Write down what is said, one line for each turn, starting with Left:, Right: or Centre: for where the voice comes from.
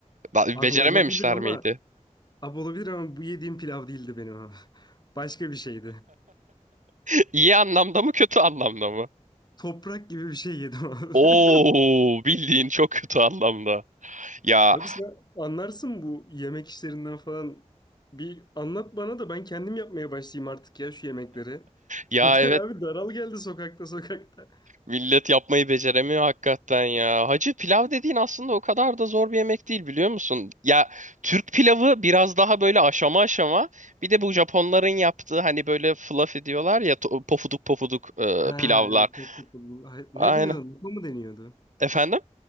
Right: Da-
Left: Abi
Right: Becerememişler
Left: olabilir ama
Right: miydi?
Left: abi olabilir ama bu yediğim pilav değildi benim abi. <laughs> Başka bir şeydi.
Right: <laughs> İyi anlamda mı kötü anlamda mı?
Left: Toprak gibi bir şey yedim abi.
Right: Oo
Left: <laughs>
Right: bildiğin çok kötü anlamda. Ya
Left: Abi sen anlarsın bu yemek işlerinden falan. Bir anlat bana da ben kendim yapmaya başlayayım artık ya şu yemekleri. <laughs>
Right: ya
Left: Yeter
Right: evet.
Left: abi daral geldi sokakta sokakta.
Right: Millet yapmayı beceremiyor hakikaten ya. Hacı pilav dediğin aslında o kadar da zor bir yemek değil biliyor musun? Ya Türk pilavı biraz daha böyle aşama aşama. Bir de bu Japonların yaptığı hani böyle fluffy diyorlar ya to- pofuduk pofuduk
Left: Ha
Right: e, pilavlar.
Left: evet çok kokulu. Ay, Ne
Right: Aynen.
Left: deniyordu? Lapa mı deniyordu?
Right: Efendim?